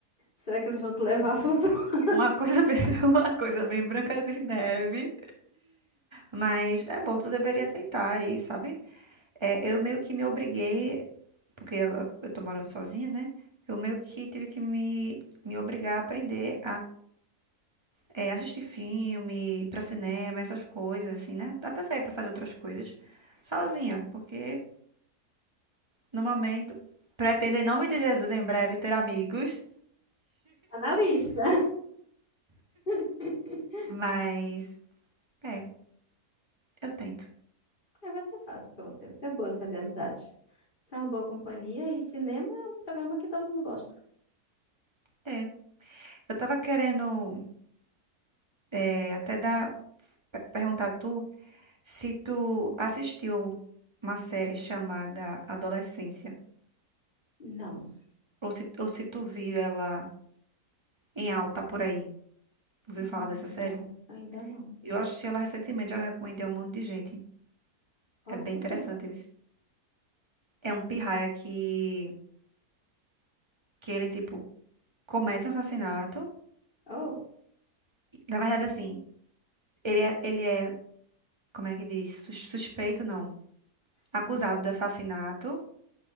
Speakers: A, on the left; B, on the right.
A: Será que eles vão te levar a futuro? <laughs>
B: Uma coisa <laughs> bem, uma coisa bem Branca de Neve. Mas é bom, tu deveria tentar aí, sabe? É, eu meio que me obriguei, porque eu, eu tô morando sozinha, né? Eu meio que tive que me, me obrigar a aprender é, assistir filme, ir pra cinema, essas coisas, assim, né? Até sair pra fazer outras coisas sozinha, porque no momento pretendo, em nome de Jesus, em breve ter amigos,
A: Tá na lista. <laughs>
B: mas é, eu tento.
A: É, vai ser fácil pra você. Você é boa de fazer amizades. Você é uma boa companhia e cinema é um programa que todo mundo gosta.
B: É. Eu tava querendo é, até dar, pe- perguntar a tu se tu assistiu uma série chamada Adolescência,
A: Não.
B: ou se, ou se tu viu ela em alta por aí. Ouviu
A: Hum,
B: falar dessa série?
A: Não, ainda não.
B: Eu assisti ela recentemente, já recomendei a um monte de gente.
A: Fala
B: É bem
A: sobre
B: interessante.
A: o quê?
B: isso. É um pirraia que, que ele, tipo, comete um assassinato.
A: Oh,
B: Na verdade, assim, ele é, ele é, como é que diz? Sus- Suspeito, não. Acusado
A: sim.
B: do assassinato.